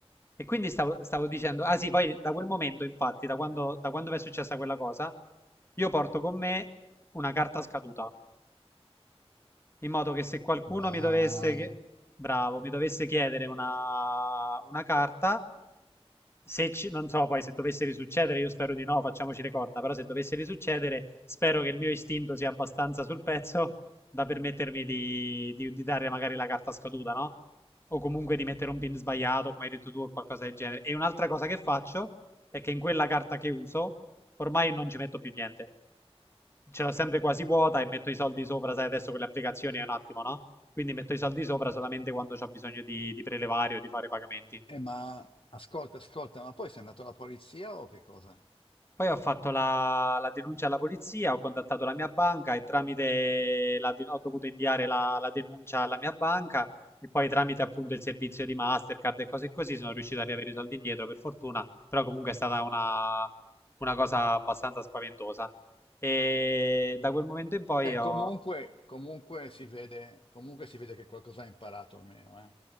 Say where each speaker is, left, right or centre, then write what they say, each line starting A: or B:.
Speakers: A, on the left; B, on the left.
A: E quindi stavo, stavo dicendo, ah sì, poi da quel momento, infatti, da quando, da quando mi è successa quella cosa, io porto con me una carta scaduta, in modo che se qualcuno
B: Buono.
A: mi dovesse, chie- bravo, mi dovesse chiedere una, una carta, se ci- non so poi se dovesse risuccedere, io spero di no, facciamoci le corna, però se dovesse risuccedere, spero che il mio istinto sia abbastanza sul pezzo da permettermi di, di, di dare magari la carta scaduta, no? O comunque di mettere un pin sbagliato, come hai detto tu, o qualcosa del genere. E un'altra cosa che faccio è che in quella carta che uso, ormai non ci metto più niente. Ce l'ho sempre quasi vuota e metto i soldi sopra, sai, adesso con le applicazioni è un attimo, no? Quindi metto i soldi sopra solamente quando ho bisogno di, di prelevare o di fare pagamenti.
B: Eh, ma ascolta, ascolta, ma poi sei andato alla polizia o che cosa?
A: Poi ho fatto la, la denuncia alla polizia, ho contattato la mia banca e tramite la, de- ho dovuto inviare la, la denuncia alla mia banca e poi tramite appunto il servizio di Mastercard e cose così sono riuscito a riavere i soldi indietro per fortuna, però comunque è stata una, una cosa abbastanza spaventosa. E da quel momento in poi
B: Eh,
A: ho,
B: comunque, comunque si vede, comunque si vede che qualcosa ha imparato almeno, eh.